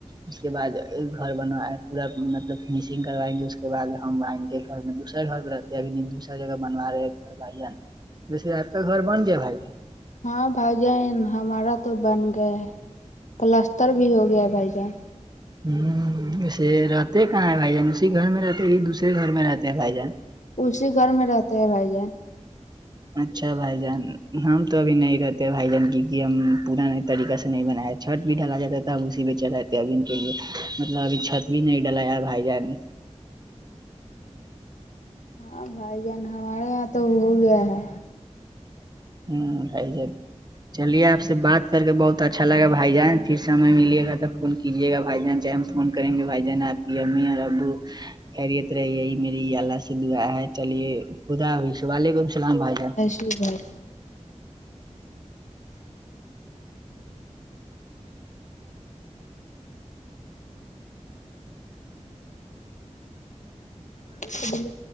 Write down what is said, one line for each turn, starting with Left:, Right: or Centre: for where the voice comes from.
Right: اس کے بعد گھر بن پورا مطلب فنیشنگ کروائیں گے اس کے بد ہم آئیں گے گھر میں دوسرے گھر پہ رہتے ا دوسرا جگہ بنوا رہے گھر بھائیان جیسے آپ کا گھر بن ج بھائی <inaudible>
Left: ہاں بھائی جان ہمارا تو بن گیا ہے پلستر بھی ہو گیا بھائی جان
Right: ہ ویسے رہتے کا ن ہے بھائی جان اسی گھر میں رہتے ہی دوسرے گھر میں رہتے ہیں بھائی جان
Left: اسی گھر میں رہتے ہیں بھائی جان
Right: اچھا بھائی جان ہم تو ابھی نہیں رہتے بھائی جان کی ہم پورا نہیں طریقہ سے نہیں بنا چھت بھی ڈلا جاتا ہے توب اسی میں چلاتے ابھی کے لیے مطلب ابھی چھت بھی نہیں ڈالیا بھائی جان
Left: ہاں بھائی جان ہمارے یہاں تو ہو گیا ہے
Right: ہوں خائی جائے <inaudible> چلیے آپ سے بات کر کے بہت اچھا لگا بھائی جان پھر سم ملے گا تب فون کیجیے گا بھائی جان سے ہم فون کریں گے بھائی جان آپ کی امی اور ابو خیریت رہیی میری اللہ سے دعا ہے چلیے خداب وعلیکم اللام بھائی جان
Left: جی بھائی بھائی